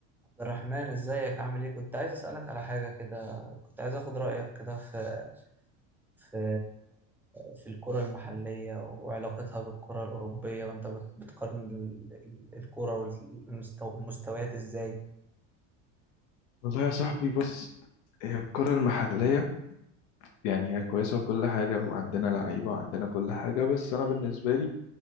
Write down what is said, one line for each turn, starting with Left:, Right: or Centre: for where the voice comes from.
Centre: عبد الرحمن ازيك عامل ايه كنت عايز اسالك على حاجه كده كنت عايز اخد رايك كده في في في الكره المحليه وعلاقتها بالكره الاوروبيه وانت بت- بتقارن ال- ال- الكره والمستويات ازاي
Left: والله يا صاحبي بص هي الكرة المحلية يعني هي كويسة وكل حاجة وعندنا لعيبة وعندنا كل حاجة بس أنا بالنسبة لي